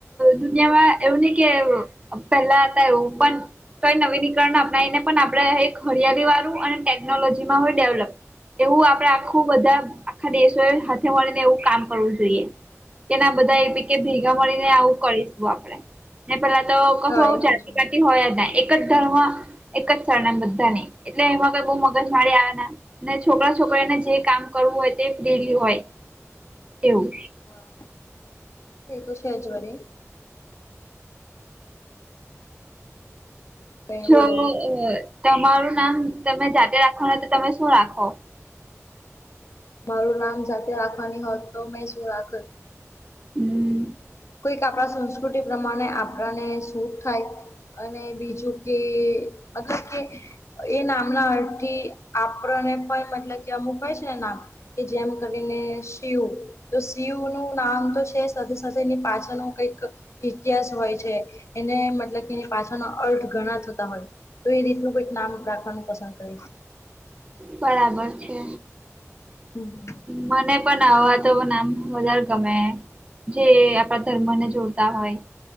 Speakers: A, on the right; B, on the left.
A: દુનિયામાં એવું નહીં કે પહેલા હતા એવું પણ કે નવીનીકરણ અપનાવીને પણ આપડે હરિયાળી વાળું અને ટેકનોલોજીમાં હોય ડેવલપ. એવું આપડે આખું બધા આખા દેશોએ હાથે મળીને એવું કામ કરવું જોઈએ. એના બધા
B: હા હા.
A: એ બિકે ભેગા મળીને આવું કરીશું આપણેે. ને પેલા તો કશું
B: હા
A: આવું
B: એ
A: જાતિ
B: પણ છે.
A: કરાતિ હોય ન એક જ ધર્મ એક જ સ્ણ બધા નહી. એટલે એમાં કઈ બઉુ મગજ માડી આવે નહી. કે છોકરા, છોકરીને જે કામ કરવું હોય તે ફ્રીલી હોય એવું.
B: હા એ તો છેજ વરી. કઈ
A: જો
B: બોલો
A: તમારું નામ તમે જાતે રાખોવાના હો તો તમે શું રાખો.?
B: મારું નામ જાતે રાખવાની હોત તો મેં શું રાખત?
A: હમ
B: કોઈક આપણા સંસ્કૃતિ પ્રમાણે આપણાને સુટ થાય. અને બીજું કે મતલબ કે એ નામના અર્થ થી આપણને પણ મતલબ કે, અમુક હોય છે ને નામ કે જેમ કરીને શીવ તો શિવ નું નામ તો છે. સાથે સાથે એની પાછળ નું કંઈક ઇતિહાસ હોય છે એને મતલબ કે એ પાછાનો અર્થ ઘણા થતા હોય. તો એ રીતનું કઈક નામ રાખવાનું પસંદ કરીશ.
A: બરાબર છે.
B: હું હું
A: મને પણ આવા તો નામ વધારે ગમે. જે આપણા ધર્મ ને જોડતા હોય